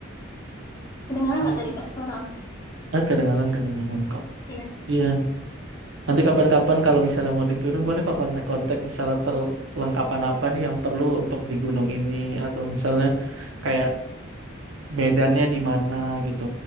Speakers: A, on the left (about 20°); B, on the right (about 70°).
A: kedengaran
B: Halo.
A: nggak tadi Kak suara aku?
B: Ah kedengaran kedengaran kok.
A: Iya.
B: Iya. Nanti kapan-kapan kalau misalnya mau di gunung boleh kok kontak-kontak misalnya perlengkapan apa nih yang perlu untuk di gunung ini atau misalnya kayak medannya di mana gitu.